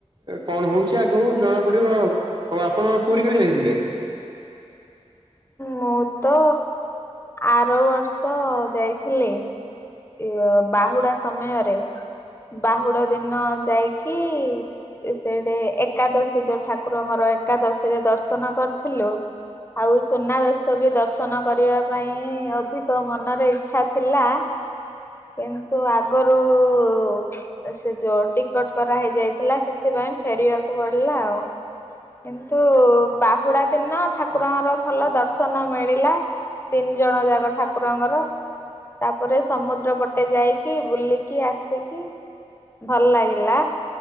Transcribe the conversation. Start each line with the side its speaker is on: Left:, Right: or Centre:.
Right: କଣ ହଉଛି ଆଗକୁ ଜଣା ପଡିବ ଆ ଆଉ ଆପଣ ପୁରୀ କେବେ ଯାଇଥିଲେ?
Left: ମୁଁ ତ ଆର ବର୍ଷ ଯାଇଥିଲେ। ଏ ଅ ବାହୁଡା ସମୟରେ ବାହୁଡ଼ା ଦିନ ଯାଇକି ସେଇଠି ଏ ଏକାଦଶୀ ଯୋଉ ଠାକୁରଙ୍କର ଏକାଦଶୀ ରେ ଦର୍ଶନ କରିଥିଲୁ ଆଉ ସୁନାବେଶ ତ ଏବେ ସବୁ ଦର୍ଶନ କରିବା ପାଇଁ ଅଧିକ ମନରେ ଇଚ୍ଛା ଥିଲା କିନ୍ତୁ ଆଗରୁ ଉ ସେ ଯୋଉ ଟିକଟ କରାହେଇ ଯାଇଥିଲା ସେଥିପାଇଁ ଫେରିବାକୁ ପଡିଲା ଆଉ କିନ୍ତୁ ବାହୁଡା ଦିନ ଠାକୁରଙ୍କର ଭଲ ଦର୍ଶନ ମିଳିଲା। ତିନି ଜଣ ଯାଗ ଠାକୁରଙ୍କର ତାପରେ ସମୁଦ୍ର ପଟେ ଯାଇକି ବୁଲିକି ଆସିକି ଭଲ ଲାଗିଲା